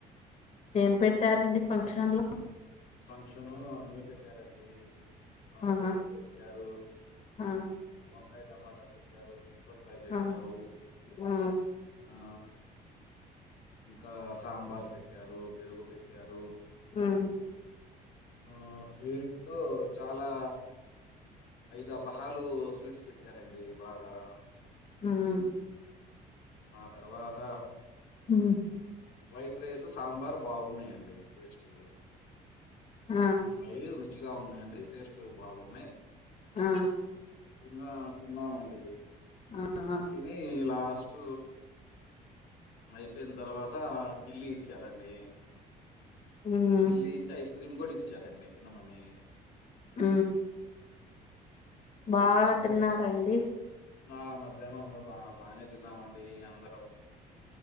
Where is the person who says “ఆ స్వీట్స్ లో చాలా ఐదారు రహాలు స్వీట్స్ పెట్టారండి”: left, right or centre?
Left